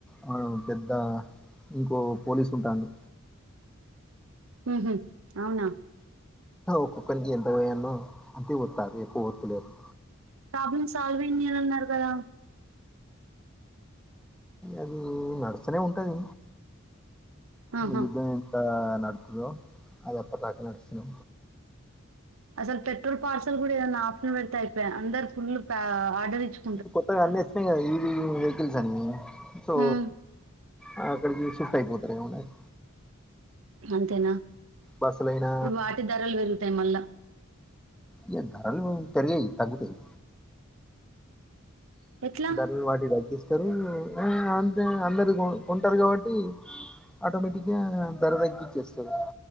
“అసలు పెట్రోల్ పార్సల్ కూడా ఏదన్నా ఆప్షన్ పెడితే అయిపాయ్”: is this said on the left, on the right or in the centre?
Right